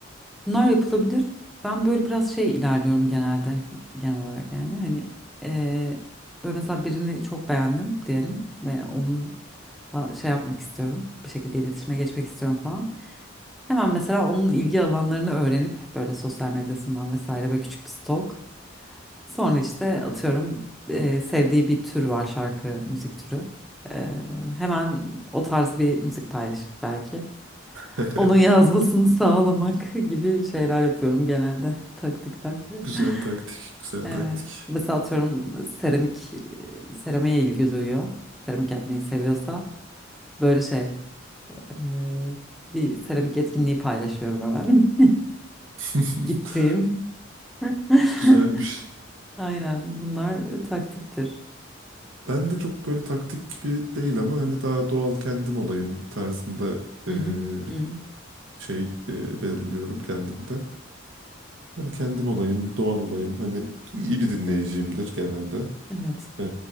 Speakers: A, in the centre; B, on the right (about 70°).
A: bunlar yapılabilir. Ben böyle biraz şey ilerliyorum genelde, genel olarak yani. Hani eee böyle mesela birini çok beğendim diyelim ve onunla şey yapmak istiyorum. Bir şekilde iletişime geçmek istiyorum falan. Hemen mesela onun ilgi alanlarını öğrenip böyle sosyal medyasından vesaire böyle küçük bir stalk. Sonra işte atıyorum e, sevdiği bir tür var şarkı, müzik türü. E, hemen o tarz bir müzik paylaşıp belki.
B: <laughs>
A: Onun yazmasını <laughs> sağlamak gibi şeyler yapıyorum genelde taktikler. <laughs>
B: Güzel taktik, güzel
A: Evet.
B: taktik.
A: Mesela atıyorum seramik, seramiğe ilgi duyuyor. Seramik yapmayı seviyorsa böyle şey e, bir seramik etkinliği paylaşıyorum hemen.
B: <laughs>
A: <laughs> Gittiğim. <laughs>
B: Güzelmiş.
A: Aynen bunlar taktiktir.
B: Ben de çok böyle taktik gibi değil ama hani daha doğal kendim olayım tarzında
A: Hı hı.
B: e, bir
A: Hı.
B: şey e, belirliyorum kendimde. Hani kendim olayım, doğal olayım. Hani iyi bir dinleyiciyimdir genelde.
A: Evet.
B: E,